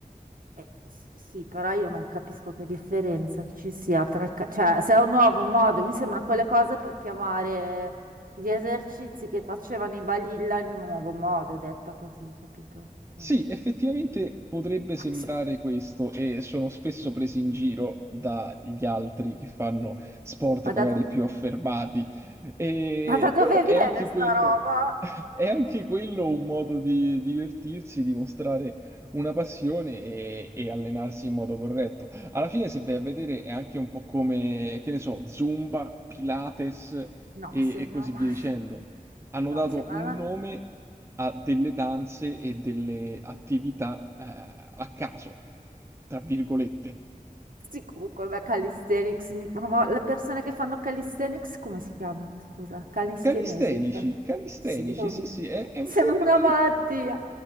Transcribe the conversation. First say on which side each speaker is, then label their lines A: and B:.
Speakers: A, on the right; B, on the right.
A: Eh, s- sì, però io non capisco che differenza ci sia tra... ca- Cioè, se è un nuovo modo, mi sembra quelle cose per chiamare gli esercizi che facevano i balilla in un nuovo modo, detta così, capito? Cioè,
B: Sì, effettivamente potrebbe sembrare
A: <laughs>
B: questo e sono spesso presi in giro dagli altri che fanno sport
A: Ma
B: magari
A: da, do-
B: più affermati, E-
A: ma da dove
B: però è
A: viene
B: anche
A: sta
B: quello,
A: roba?
B: <laughs> è anche quello un modo di divertirsi, di mostrare una passione e, e allenarsi in modo corretto. Alla fine, se vai a vedere, è anche un po' come, che ne so, Zumba, Pilates
A: No,
B: e
A: se
B: e
A: no,
B: così
A: ma...
B: via dicendo. hanno
A: No,
B: dato
A: se, ma
B: un
A: no.
B: nome a delle danze e delle attività eh, a caso, tra virgolette.
A: Sì, comunque, beh, calisthenics, mi- ma le persone che fanno calisthenics come si chiamano, scusa? Calistenesi.
B: Calistenici,
A: cioè.
B: calistenici,
A: Sì.
B: sì, sì, è, è un
A: Sembra
B: termine,
A: una malattia.